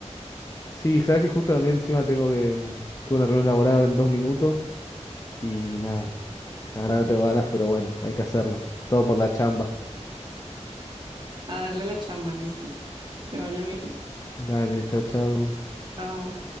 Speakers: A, on the left (about 30°); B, on the right (about 40°).
A: Sí, sabes que justo también encima tengo que. mm, Tuve una reunión laboral ahora en dos minutos y nada. Ahora no tengo ganas, pero bueno, hay que hacerlo. Todo por la chamba.
B: A darle la chamba, listo. Te vaya bien.
A: Dale, chau, chau.
B: Chao.